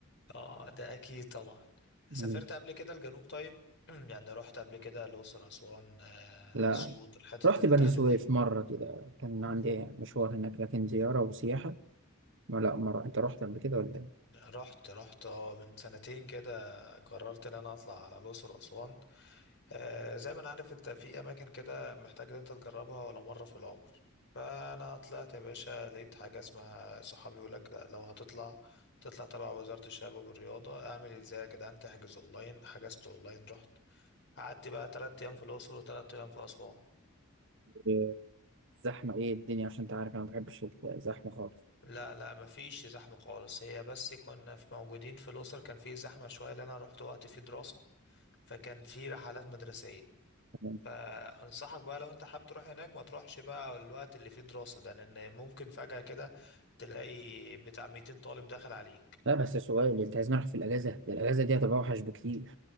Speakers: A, on the left (about 55°); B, on the right (about 60°).
A: اه ده اكيد طبعا
B: مم.
A: سافرت قبل كده الجنوب طيب <clears throat> يعني رحت قبل كده الاقصر اسوان آه،
B: لا
A: اسيوط الحتت
B: رحت
A: اللي
B: بني
A: تحت
B: سويف مرة كده كان
A: دي
B: عندي مشوار هناك لكن زيارة وسياحة ما لا مرة أنت رحت قبل كده ولا
A: رحت رحت اه من سنتين كده قررت ان انا اطلع على الاقصر واسوان آه، زي ما انا عارف انت في اماكن كده محتاج ان انت تجربها ولا مره في العمر فانا طلعت يا باشا لقيت حاجه اسمها صحابي يقول لك لا، لو هتطلع تطلع تبع وزاره الشباب والرياضه اعمل ازاي يا جدعان تحجز اونلاين حجزت اونلاين رحت قعدت بقى تلات ايام في الاقصر وتلات ايام في اسوان
B: إيه؟ الزحمة إيه الدنيا عشان أنت عارف أنا ما بحبش الزحمة خالص
A: لا لا مفيش زحمة خالص هي بس كنا في موجودين في الأقصر كان في زحمة شوية لأن أنا رحت وقت في دراسة فكان في رحلات مدرسية
B: تمام.
A: فأنصحك بقى لو أنت حابب تروح هناك ما تروحش بقى الوقت اللي فيه دراسة ده لأن ممكن فجأة كده تلاقي بتاع 200 طالب داخل عليك
B: لا بس سؤال أنت عايز نروح في الأجازة ده الأجازة دي هتبقى أوحش بكتير